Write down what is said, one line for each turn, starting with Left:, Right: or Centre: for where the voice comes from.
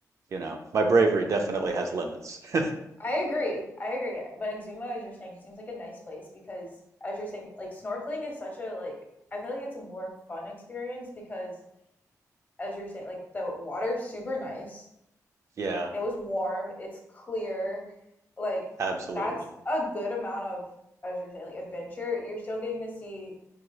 Right: you know, my bravery definitely has limits. <laughs>
Left: I agree. I agree. But Exuma, as you're saying, seems like a nice place because, as you're saying, like snorkeling is such a like. I feel like it's a more fun experience because, as you're saying, like the water's super nice.
Right: Yeah,
Left: It was warm. It's clear. Like
Right: absolutely.
Left: that's a good amount of, as you're saying, like adventure. You're still getting to see